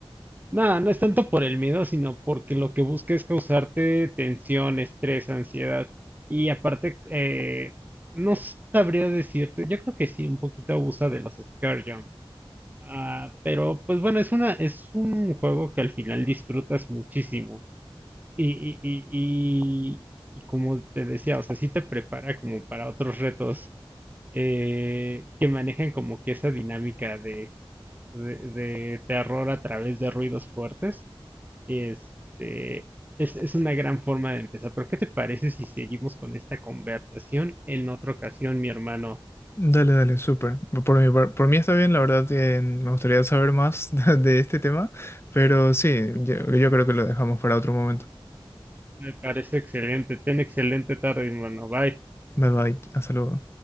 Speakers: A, on the right; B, on the left.
A: Nada, no es tanto por el miedo, sino porque lo que busca es causarte tensión, estrés, ansiedad. Y aparte, eh, no sabría decirte, yo creo que sí, un poquito abusa de los scare jump. Ah, pero pues bueno, es una, es un juego que al final disfrutas muchísimo. Y, y, y, y, y como te decía, o sea, sí te prepara como para otros retos eh, que manejan como que esa dinámica de, de de terror a través de ruidos fuertes. Este, es, es una gran forma de empezar, pero ¿qué te parece si seguimos con esta conversación en otra ocasión, mi hermano?
B: Dale, dale, súper. Por mí, por, por mí está bien, la verdad que me gustaría saber más <laughs> de, de este tema, pero sí, yo, yo creo que lo dejamos para otro momento.
A: Me parece excelente. Ten excelente tarde, mi hermano. Bye.
B: Bye bye, hasta luego.